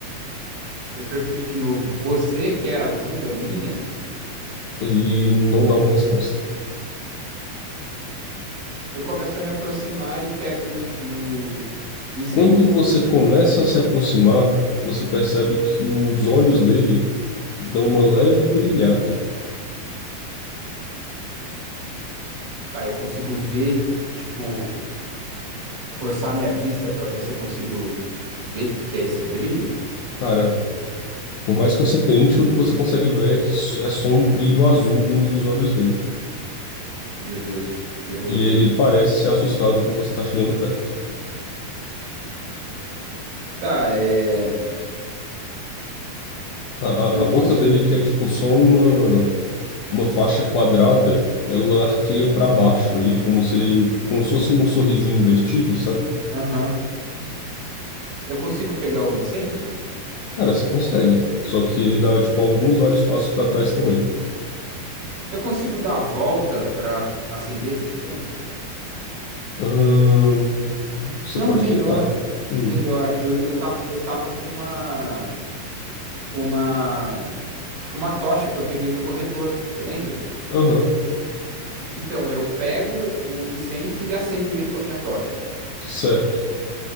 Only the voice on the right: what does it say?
Eu pergunto de novo, você quer ajuda minha?
Eu começo a me aproximar e pego os- o incenso.
Tá, eu consigo ver, tipo, forçar minha vista para ver se eu consigo ver o que que é esse brilho.
Meu Deus, que terror.
Tá, é.
Eu
cons...
Aham. Eu consigo pegar o incenso?
Eu consigo dar a volta pra acender esse incenso?
Não,
melhor.
Melhor. Eu, eu tava, eu tava com uma. Com uma. Com uma tocha que eu peguei no corredor. Você lembra?
Então, eu pego o incenso e acendo ele com a minha tocha.